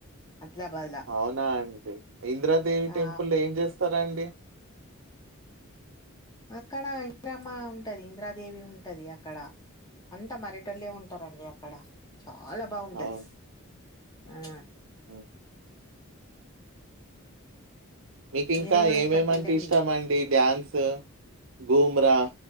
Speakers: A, on the left; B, on the right.
A: ఆదిలాబాద్ లా
B: అవునా ఆంటీ ఇంద్రాదేవి
A: ఆ
B: టెంపుల్లో ఏం జేస్తా రండి
A: అక్కడ ఇంది రామ్మ ఉంటది, ఇంద్రాదేవి ఉంటది. అక్కడ అంతా మరటోళ్లే ఉంటారండి అక్కడ. చాలా బాగుంటది
B: అవును.
A: ఆ
B: హ్మ్ మీకు ఇంకా
A: మీరు కూడా
B: ఏమేమంటే
A: ఎక్కడికి వెళ్ళండి
B: ఇష్టమండి డ్యాన్సు గూమ్రా